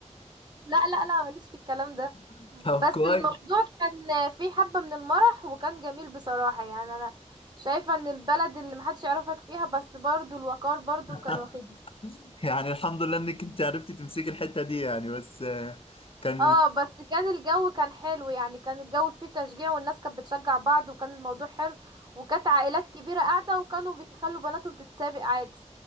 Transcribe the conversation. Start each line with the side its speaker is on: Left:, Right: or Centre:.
Right: لا لا لا ماليش في الكلام ده
Left: <laughs> طب
Right: بس
Left: كويس
Right: الموضوع كان فيه حبة من المرح وكان جميل بصراحة يعني انا شايفة ان البلد اللي محدش يعرفك فيها بس برضو الوقار برضو
Left: <laughs>
Right: كان واخدني
Left: يعني الحمد لله انك انت عرفتي تمسكي الحتة دي يعني بس آه، كان
Right: اه بس كان الجو كان حلو يعني كان الجو فيه تشجيع والناس كانت بتشجع بعض وكان الموضوع حلو وكانت عائلات كبيرة قاعدة وكانوا بيخلوا بناتهم تتسابق عادي